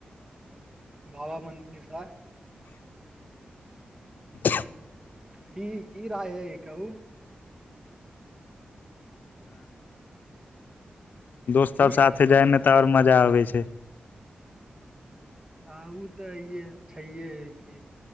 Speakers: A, on the right; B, on the left.
A: बाबा मन्दिर सअ
B: <inaudible>
A: की की राय अय कहू
B: दोस्त सब
A: की
B: साथे जाय मे त आओर मजा आबै छैय
A: हँ ओ तऽ अे छैहे की